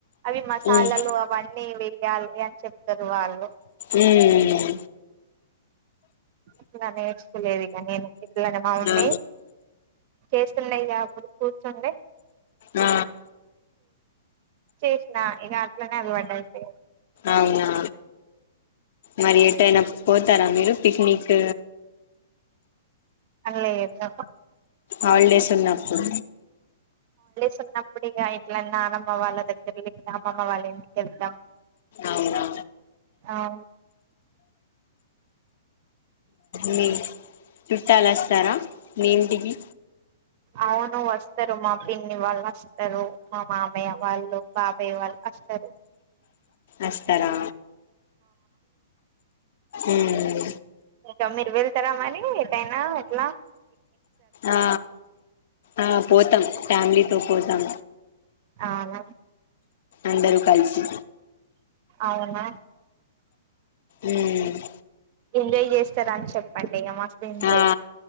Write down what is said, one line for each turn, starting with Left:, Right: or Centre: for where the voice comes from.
Right: అవి మసాలాలు
Left: మ్మ్
Right: అవి అని అన్ని వెయ్యాలి అని చెప్తారు వాళ్ళు
Left: మ్మ్
Right: ఇంకా నేర్చుకోలేదు <inaudible> ఇలానే మా మమ్మీ
Left: ఆ
Right: చేస్తుండే ఇక అప్పుడు కూర్చుండే
Left: ఆ
Right: చేసినా ఇక అట్లనే అలవాటు అయిపోయింది
Left: అవునా మరి ఎటైనా పోతారా మీరు పిక్నిక్
Right: లేదు
Left: హాలిడేస్ ఉన్నప్పుడు
Right: చిన్నప్పుడు ఇగా ఇట్ల నానమ్మ వాళ్ళ దగ్గర అమ్మమ్మ వాళ్ళ ఇంటికి వెళ్దాం
Left: అవునా
Right: అవు
Left: మీ చుట్టాలు వస్తారా మీ ఇంటికి
Right: అవును వస్తారు మా పిన్ని వాళ్ళు వస్తారు మా మామ్ య వాళ్ళు బాబయ్య వాళ్ అస్తరు
Left: అస్తరా ఉమ్
Right: ఆ మీర్ వెల్ తరా మనీ ఎటైనా ఇట్లా
Left: ఆ ఆ పోతాం ఫ్యామిలీతో పోతాం
Right: అవునా
Left: అందరూ కలిసి
Right: అవునా
Left: ఉమ్
Right: ఎంజాయ్ చేస్తారాని చెప్పండి ఇక మస్తు ఎంజాయ్
Left: ఆ